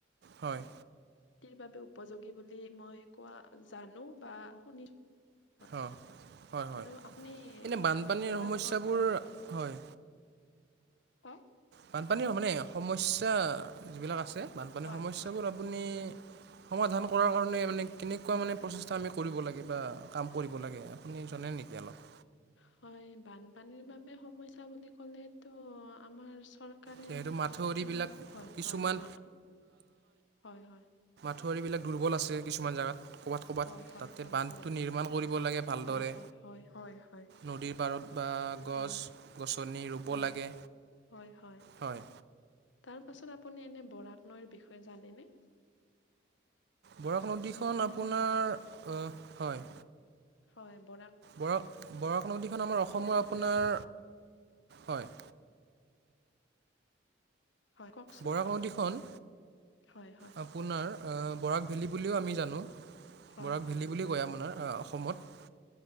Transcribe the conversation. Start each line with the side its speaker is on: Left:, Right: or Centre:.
Right: হয়।
Left: খতিৰ বাবে উপযোগী বুলি মই কোৱা জানো বা শুনিছো। হয়
Right: অ হয় হয়
Left: আৰু আপুনি
Right: এনে বানপানীৰ
Left: আহ বৰাক
Right: সমস্যাবোৰ হয়।
Left: ক <unintelligible>
Right: বানপানীৰ মানে সমস্যা যিবিলাক আছে বানপানীৰ
Left: হয়
Right: সমস্যাবোৰ
Left: হয়
Right: আপুনি সমাধান কৰাৰ কাৰণে মানে কেনেকুৱা মানে প্ৰচেষ্টা আমি কৰিব লাগে বা কাম কৰিব লাগে? আপুনি জনে নেকি অলপ?
Left: হয় বানপানীৰ বাবে সমস্যা বুলি ক'লেতো আমাৰ চৰকাৰ কাৰে
Right: যিহেতু
Left: বিশেষকে
Right: মাথাউৰিবিলাক
Left: হয়
Right: কিছুমান
Left: হয় হয় হয়।
Right: মাথাৰিবিলাক দুৰ্বল আছে কিছুমান জেগাত। ক'বাত ক'বাত
Left: হয় হয়
Right: তাতে
Left: হয়
Right: বান্ধটো
Left: হয়
Right: নিৰ্মাণ কৰিব লাগে ভালদৰে
Left: হয় হয় হয় হয় হয়
Right: নদীৰ পাৰত। বা গছ
Left: হয়
Right: গছনি ৰুব
Left: হয়
Right: লাগে।
Left: হয় হয়
Right: হয়
Left: তাৰ পাছত আপুনি এনে বৰাক নৈৰ বিষয়ে জানেনে?
Right: বৰাক নদীখন
Left: আপুনি
Right: আপোনাৰ ও হয়।
Left: হয় বৰাক
Right: বৰাক বৰাক নদীখন আমাৰ
Left: নৈৰ
Right: অসমৰ
Left: বিষয়ে জা
Right: আপোনাৰ হয়।
Left: হয় কওকচোন
Right: বৰাক নদীখন
Left: হয় হয়
Right: আপোনাৰ বৰাক ভেলী বুলিও আমি জানো।
Left: হয়
Right: বৰাক
Left: হয়
Right: ভেলী বুলি
Left: হয়
Right: কয় আপোনাৰ অসমত।
Left: হয়